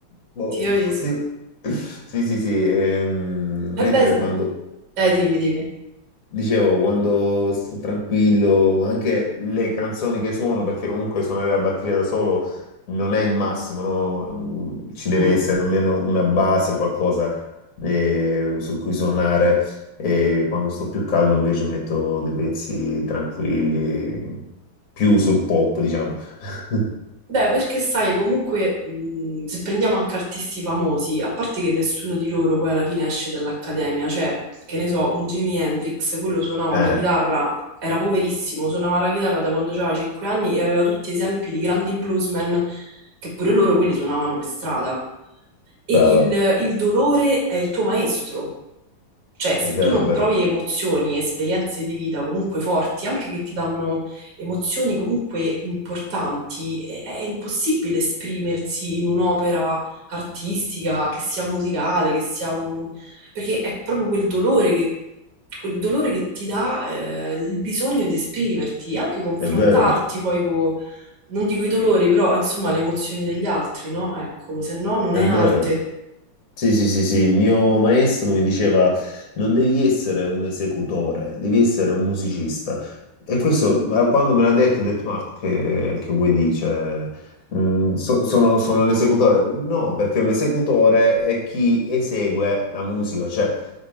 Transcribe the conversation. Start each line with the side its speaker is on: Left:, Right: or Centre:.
Left: boh.
Right: Ti capisco.
Left: <laughs> Sì, sì, sì. ehm, mentre
Right: E beh,
Left: quando
Right: eh, dimmi, dimmi.
Left: Dicevo, quando sto tranquillo, anche le canzoni che suono, perché comunque suonare la batteria da solo non è il massimo, no? Mm, Ci deve
Right: Mm.
Left: essere almeno una base o qualcosa eh, su cui suonare. E quando sto più calmo invece metto dei pezzi tranquilli, più sul pop, diciamo. <laughs>
Right: Beh, perché sai, comunque, mh, se prendiamo anche artisti famosi, a parte che nessuno di loro poi alla fine esce dall'accademia, cioè, che ne so, un Jimi Hendrix, quello suonava
Left: Eh,
Right: la chitarra, era poverissimo, suonava la chitarra da quando aveva 5 anni e aveva tutti esempi di grandi bluesmen che pure loro quelli suonavano per strada. e
Left: brava,
Right: il, il dolore è il tuo maestro. Cioè,
Left: è
Right: se
Left: vero,
Right: tu non
Left: è vero,
Right: provi emozioni, esperienze di vita comunque forti, anche che ti danno emozioni comunque importanti, è, è impossibile esprimersi in un'opera artistica, che sia musicale, che sia un... perché è proprio quel dolore che, quel dolore che ti dà eh, il bisogno di esprimerti, anche confrontarti
Left: è vero,
Right: poi con, non dico i dolori, però insomma le emozioni degli altri, no? Ecco, se no non
Left: è
Right: è
Left: vero.
Right: arte.
Left: Sì, sì, sì, sì, il mio maestro mi diceva non devi essere un esecutore, devi essere un musicista. E questo, ma quando me l'ha detto, ho detto, ma che, che vuoi dire? Cioè, mh, so- sono, sono un esecutore? No, perché un esecutore è chi esegue la musica, cioè